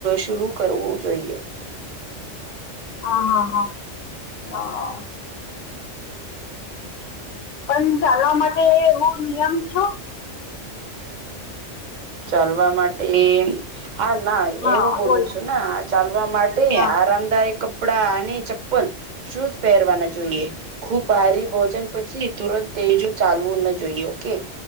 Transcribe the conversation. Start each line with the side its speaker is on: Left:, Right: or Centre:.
Right: શર કરવું જોઈએ
Left: હા હા હા પણ ચાલવા માટે હું નિયમ છો
Right: ચાલવા માટે હા ના
Left: હા
Right: એવું બોલું
Left: બોલ
Right: છું ને ચાલવા માટે
Left: હા.
Right: આરામદાયક કપડાંની
Left: હા
Right: શું જ પહેરવાના
Left: હા
Right: જોઈએ
Left: હા
Right: ખુબ ભારી
Left: હા
Right: ભોજન પછી તુરંત એજું ચાલવું ના જોઈએ ઓકે